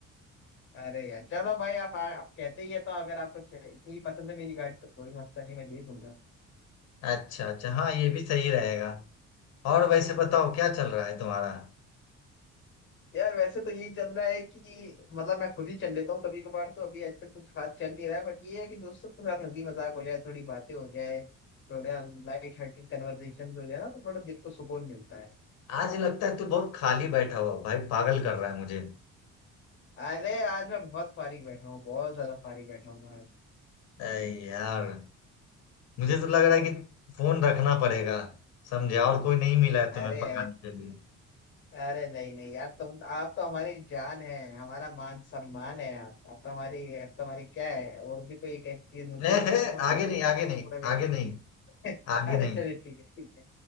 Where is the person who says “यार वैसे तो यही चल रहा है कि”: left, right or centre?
Left